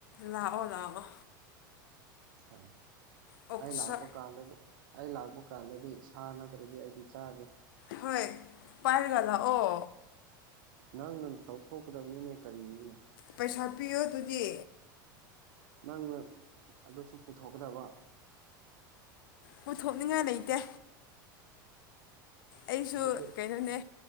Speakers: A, on the left (about 75°); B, on the right (about 70°).
A: ꯂꯥꯛꯑꯣ ꯂꯥꯛꯑꯣ
B: ꯁ
A: ꯑꯣꯛꯁꯥ
B: ꯑꯩ ꯂꯛꯄꯀꯥꯟꯗꯗꯤ ꯑꯩ ꯂꯥꯛꯄ ꯀꯥꯟꯗꯗꯤ ꯁꯥ ꯅꯠꯇ꯭ꯔꯗꯤ ꯑꯩꯗꯤ ꯆꯥꯗꯦ
A: ꯍꯣꯏ ꯄꯥꯏꯔꯒ ꯂꯑꯣ
B: ꯅꯪꯅ ꯇꯧꯊꯣꯛꯀꯗꯕꯅꯤꯅꯦ ꯀꯔꯤꯅꯣ
A: ꯄꯩꯁꯥ ꯄꯤꯌꯣ ꯑꯗꯨꯗꯤ
B: ꯅꯪꯅ ꯑꯗꯨꯁꯨ ꯄꯨꯊꯣꯛꯀꯗꯕ
A: ꯄꯨꯊꯣꯛꯅꯤꯡꯉꯥꯏ ꯂꯩꯇꯦ ꯑꯩꯁꯨ
B: ꯑꯗꯨꯗꯤ
A: ꯀꯩꯅꯣꯅꯦ